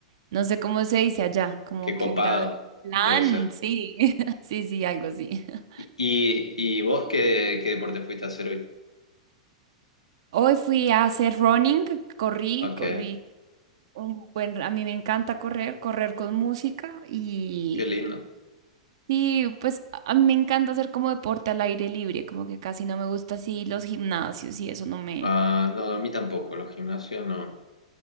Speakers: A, on the right; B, on the left.
A: No sé cómo se dice allá, como
B: Qué copado
A: que gran plan,
B: debe ser.
A: sí, <laughs> sí, sí, algo así. <laughs>
B: ¿Y, y vos qué, qué deporte fuiste a hacer hoy?
A: Hoy fui a hacer running, corrí,
B: Ok,
A: corrí. Un buen, a mí me encanta correr, correr con música y,
B: qué lindo.
A: y pues a a mí me encanta hacer como deporte al aire libre, como que casi no me gusta así los gimnasios y eso no me...
B: Ah, no, a mí tampoco, los gimnasios no.